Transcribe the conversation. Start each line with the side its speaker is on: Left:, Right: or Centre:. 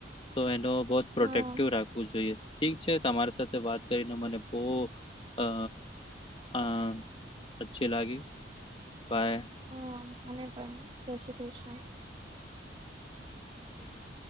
Left: તો એનો બહ પ્રોટેક્ટિવ
Right: હા
Left: રાખવું જોઈએ ઠીક છે તમારી સાથે વાત કરીને મને બહ અ હા અચ્છી લાગી પાય
Right: હા મને પણન જય શ્રી કૃષ્ણ.
Left: છે.